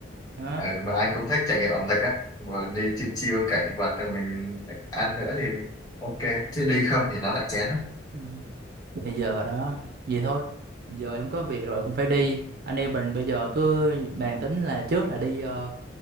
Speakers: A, on the right; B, on the left.
A: đó
B: Ừ, mà anh cũng thích trải nghiệm ẩm thực đấy vừa đi chiêu chiêu cảnh vật rồi mình ăn nữa thì ok chứ đi không thì nó lại chén á
A: ừ. bây giờ đó vậy thôi giờ em có việc rồi cũng phải đi anh em mình bây giờ cứ bàn tính là trước là đi ờ,